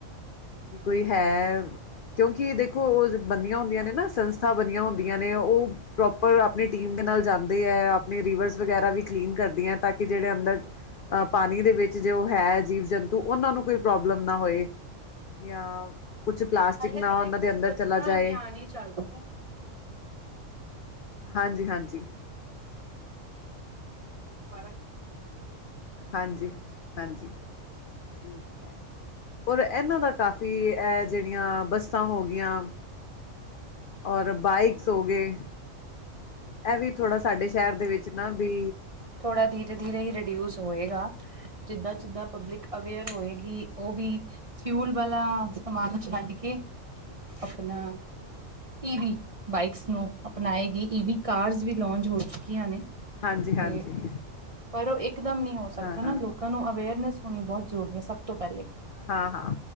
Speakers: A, on the left (about 65°); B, on the right (about 35°).
A: ਵੀ ਕੋਈ ਹੈ ਕਿਉਂਕਿ ਦੇਖੋ ਉਹ ਬਣੀਆਂ ਹੁੰਦੀਆਂ ਨੇ ਨਾ ਸੰਸਥਾ ਬਣੀਆਂ ਹੁੰਦੀਆਂ ਨੇ ਉਹ ਪ੍ਰੋਪਰ ਆਪਣੀ ਟੀਮ ਦੇ ਨਾਲ ਜਾਂਦੇ ਹੈ ਆਪਣੇ ਰਿਵਰਸ ਵਗੈਰਾ ਵੀ ਕਲੀਨ ਕਰਦਿਆਂ ਹੈ ਤਾਂ ਕਿ ਜਿਹੜੇ ਅੰਦਰ ਅ ਪਾਣੀ ਦੇ ਵਿੱਚ ਜੋ ਹੈ ਜੀਵ ਜੰਤੂ ਉਹਨਾਂ ਨੂੰ ਕੋਈ ਪ੍ਰੋਬਲਮ ਨਾ ਹੋਏ। ਯਾਂ ਕੁਛ ਪਲਾਸਟਿਕ
B: ਹਾਲੇ
A: ਨਾ
B: ਤਾਂ ਦੇਖੋ
A: ਉਹਨਾਂ ਦੇ ਅੰਦਰ ਚਲਾ
B: ਸਵੱਛਤਾ
A: ਜਾਏ
B: ਅਭਿਆਨ ਹੀ ਚਲ ਰਿਹਾ ਹੈ।
A: ਹਾਂਜੀ ਹਾਂਜੀ।
B: ਫਰਕ
A: ਹਾਂਜੀ ਹਾਂਜੀ ਠੀਕ ਹੈ। ਔਰ ਇਹਨਾਂ ਦਾ ਕਾਫ਼ੀ ਐ ਜਿਹੜੀਆਂ ਬੱਸਾਂ ਹੋ ਗਈਆਂ। ਔਰ ਬਾਈਕਸ ਹੋ ਗਏ। ਇਹ ਵੀ ਥੋੜਾ ਸਾਡੇ ਸ਼ਹਿਰ ਦੇ ਵਿੱਚ ਨਾ ਵੀ
B: ਥੋੜ੍ਹਾ ਧੀਰੇ ਧੀਰੇ ਹੀ ਰਿਡਿਊਸ ਹੋਏਗਾ ਜਿੱਦਾਂ ਜਿੱਦਾਂ ਪਬਲਿਕ ਅਵੇਅਰ ਹੋਏਗੀ ਉਹ ਵੀ ਫਿਊਲ ਵਾਲਾ ਸਮਾਨ ਛੱਡ ਕੇ ਆਪਣਾ ਈਵੀ ਬਾਈਕ ਨੂੰ ਅਪਨਾਏਗੀ ਈਵੀ ਕਾਰ ਵੀ ਲੌਂਚ ਹੋ ਚੁੱਕੀਆਂ ਨੇ।
A: ਹਾਂਜੀ, ਹਾਂਜੀ।
B: ਤੇ ਪਰ ਓ ਇਕ ਦਮ ਨੀ ਹੋ ਸਕਦਾ
A: ਹਾਂ ਹਾਂ
B: ਨਾ ਲੋਕਾਂ ਨੂੰ ਅਵੇਅਰਨੈਸ ਹੋਨੀ ਬੋਤ ਜ਼ਰੂਰੀ ਏ ਸਭ ਤੋਂ ਪੈਲੇ।
A: ਹਾਂ ਹਾਂ